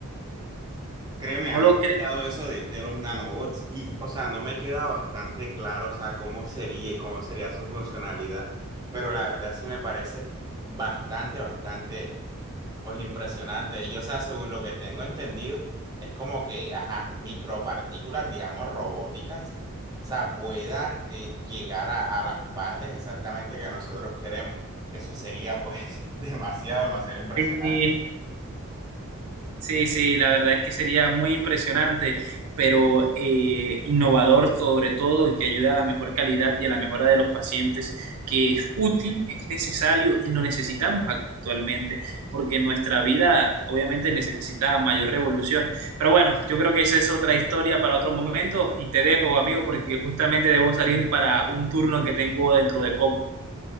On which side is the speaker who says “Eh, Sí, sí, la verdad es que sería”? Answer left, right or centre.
Right